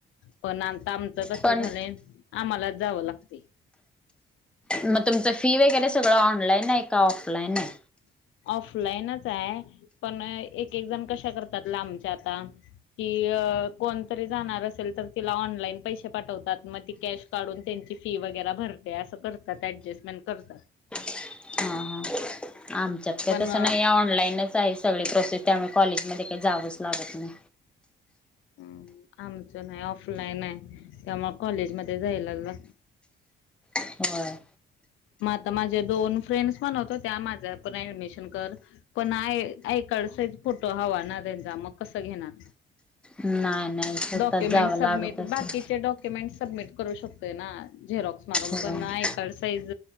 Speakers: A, on the left (about 80°); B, in the centre.
A: पण आता आमचं कस
B: पण
A: झालं आम्हाला जावं लागते.
B: मग तुमचं फी वगैरे सगळं ऑनलाईन आहे का ऑफलाईन आहे.
A: ऑफलाईनच आहे पण एक एक जण कशा करतात लांबच्या आता कि कोणतरी जाणार असेल तर तिला ऑनलाईन पैसे पाठवतात मग त कॅश काढून त्यांची फी वगैरे भरते असं करतात ऍडजस्टमेंट करतात.
B: हा हा आमच्यात का
A: पण
B: तसं नाही ऑनलाईनच आहे सगळे प्रोसेस त्यामुळे कॉलेजमध्येध्ये काही जावंच लागत नाही.
A: हम आमचं नाही ऑफलाईन आहे त्यामुळे कॉलेजमध्ये जायला ला
B: होय.
A: म आ माझे दोन फ्रेंड्स म्हण होतो त्या माझ्या पण ऍडमिशन कर पण आहे आकडसही फोटो हवा ना त्यांचा मग कसं घेणार.
B: नाही नाही स्वतःच
A: डॉक्युमेंट
B: जावं
A: सबमिट
B: लागत असेल.
A: बाकीचे डॉ में सबमिट करू शकतोय ना झेरॉक्स मारून
B: होय
A: पण आय कार्ड साईझ